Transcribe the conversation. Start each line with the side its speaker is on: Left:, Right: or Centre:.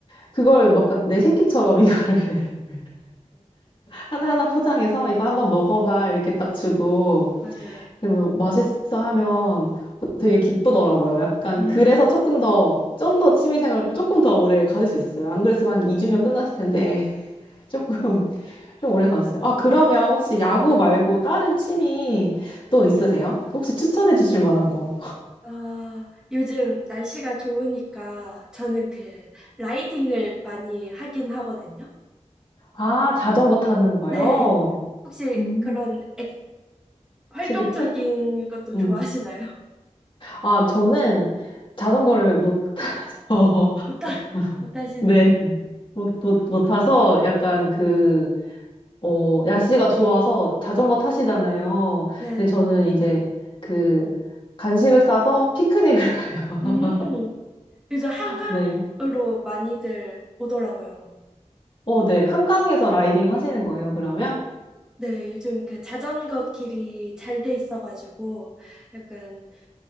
Left: 그걸 막 내 새끼처럼 이거를 <laughs> 하나하나 포장해서 이거 한번 먹어봐 이렇게 딱 주고
Centre: 맞아요.
Left: 그러면 맛있어 하면 되게 기쁘더라고요. 약간
Centre: 음,
Left: 그래서 조금 더 좀 더 취미생활을 조금 더 오래 가질 수 있었어요. 안 그랬으면 한 2주면
Centre: 음.
Left: 끝났을 텐데 <laughs> 조금 좀 오래 가졌어요. 아, 그러면 혹시 야구 말고 다른 취미 또 있으세요? 혹시 추천해 주실 만한 거?
Centre: 아, 요즘 날씨가 좋으니까 저는 그 라이딩을 많이 하긴 하거든요.
Left: 아, 자전거 타는 거요?
Centre: 네. 혹시
Left: 음,
Centre: 그런 액- 활동적인
Left: TBT?
Centre: 것도
Left: 음.
Centre: 좋아하시나요? <laughs>
Left: 아, 저는 자전거를 못 타서, <laughs>
Centre: 못, 하, 못 하시는군.
Left: 네, 못, 못, 못 타서 약간 그, 어, 날씨가 좋아서 자전거 타시잖아요.
Centre: 네.
Left: 근데 저는 이제 그 간식을 싸서 피크닉을 <laughs> 가요.
Centre: 음. 요즘 한강으로
Left: 네.
Centre: 많이들 오더라고요.
Left: 어, 네. 한강에서 라이딩 하시는 거예요, 그러면?
Centre: 네, 요즘 그 자전거 길이 잘 돼 있어가지고 약간